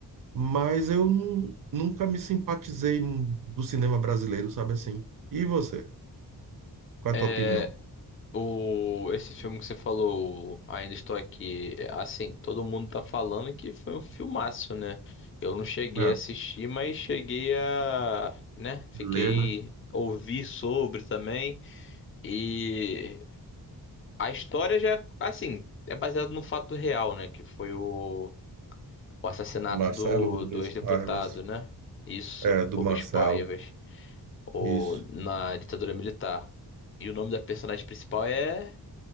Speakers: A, on the right (about 50°); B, on the left (about 30°).
A: Mas eu nu- nunca me simpatizei do cinema brasileiro, sabe assim? E você? Qual é
B: É,
A: a tua opinião?
B: o, esse filme que você falou, Ainda Estou Aqui, é, assim, todo mundo tá falando que foi um filmaço, né? Eu não cheguei
A: É,
B: a assistir, mas cheguei a, né, fiquei
A: Lê, né?
B: ouvir sobre também. E a história já, assim, é baseada no fato real, né, que foi o, o assassinato
A: Marcelo
B: do,
A: Rubens
B: do ex-deputado,
A: Paivas.
B: né? Isso,
A: É, do
B: Rubens
A: Marcelo.
B: Paivas. ou
A: Isso.
B: na ditadura militar. E o nome da personagem principal é